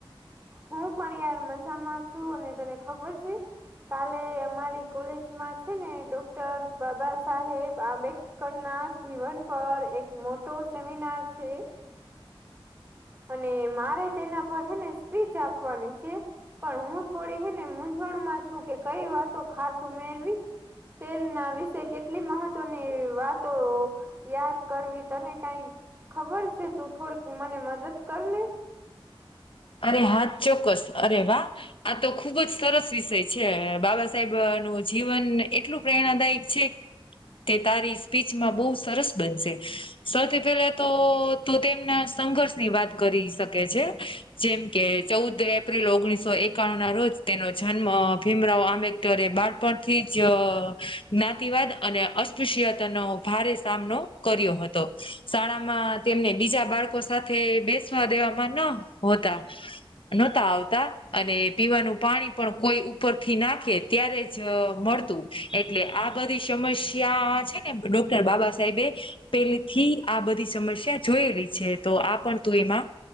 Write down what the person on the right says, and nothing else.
હું પણ યાર મજામાં છું. અને તને ખબર છે? કાલે અમારી કોલેજમાં છે ને, ડોક્ટર બાબા સાહેબ આંબેડર. ના જીવન પર એક મોટો સેમિનાર છે. અને મારે તેના પર હે ને, સ્પીચ આપવાની છે. પણ હું થોડી હે ને, મૂઝણમાં છું કે, કંઈ વાતો ખાસ ઉમેરવી. તેમના વિશે કેટલી મહત્વની વાતો. યાદ કરવી, તને કંઈ ખબર છે? તું થોડીક મને મદદ કર ને.